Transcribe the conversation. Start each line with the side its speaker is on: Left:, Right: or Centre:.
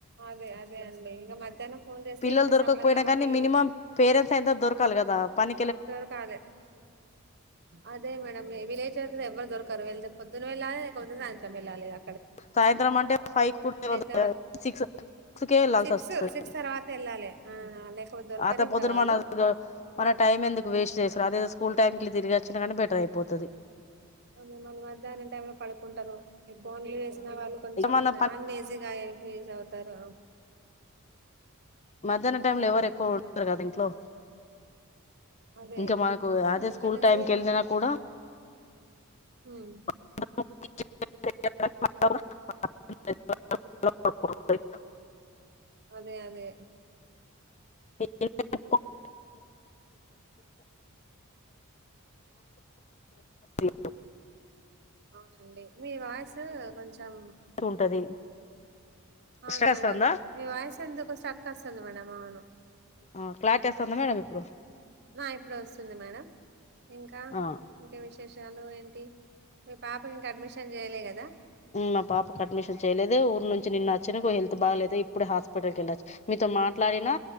Right: అదే అదే అండి ఇక మధ్యాహ్నం ఫోన్ చేస్తే
Left: పిల్లలు
Right: ఇప్పుడు
Left: దొరకాకపోయినా
Right: సమ్మర్ కాబట్టి
Left: గానీ మినిమం పేరెంట్స్ అయితే దొరకాల్ గాదా పనీ
Right: దొరకలే అదే మేడం విలేజ్త్ర ఎవరు దొరకారు వెళద్దు పొద్దున వెళ్ళలే కొద్దు సాయంత్రం ఏళ్ళాలిగా
Left: సాయంత్రం అంటే ఫైవ్ కుటనివద్
Right: కావాలి
Left: గా సిక్స్ సిక్స్కే ఏళ్లాల్సి
Right: సిక్స్
Left: వస్తది
Right: సిక్స్ తర్వాత వెళ్ళాలి ఆ లేకపోతే దొరకరు
Left: అంత
Right: ఇంకా
Left: పొద్దున్న
Right: వాళ్ళు
Left: మనదు మన
Right: మద్
Left: టైమ్ ఎందు వేస్ట్ జేసుడు అదే ఏదో స్కూల్ టైంకి ఇట్లా తిరిగి వచ్చిన కానీ బెటర్ అయిపోతది
Right: ఉన్ మన్ మధ్యానం టైంలో పడుకుంటరు. ఈ ఫోన్లు వేసిన వాళ్ళు కొంచెం
Left: మన
Right: అన్ నేజీగా ఏ ఫేజ్ అవుతారు. ఆవ్
Left: మధ్యానం టైమ్ లో
Right: కదా
Left: ఎవరు
Right: మేడం
Left: ఎక్కువ ఉడతారు కదా ఇంట్లో
Right: అదే
Left: ఇంకా మనకు అదే
Right: అందుకనేసి
Left: స్కూల్ టైంక్ కేళ్ళిన కూడా
Right: ఉమ్
Left: <unintelligible> <unintelligible>
Right: అదే అదే
Left: <unintelligible> రెస్పాన్స్ లేదు
Right: అవును లేండి మీ వాయిసు కొంచెం
Left: ఉంటది
Right: అవును
Left: వస్తుందా
Right: మేడం మీ వాయిస్ ఎందుకో స్ట్రక్ వస్తుంది మేడం అవును
Left: ఆ క్లారిటీ వస్తుందా మేడం ఇప్పుడు
Right: ఆ ఇప్పుడు వస్తుంది మేడం ఇంకా
Left: ఆ
Right: ఇంకా విశేషాలు ఏంటి మీ పాపకి ఇంకా అడ్మిషన్ చేయలే కదా
Left: మా పాపకు అడ్మిషన్ చేయలేద ఊరు నుంచి నిన్న వచ్చ ఒక హెల్త్ బాగాలేదు ఇప్పుడు హాస్పిటల్ కి వెళ్ళొచ్చు మీతో మాట్లాడినా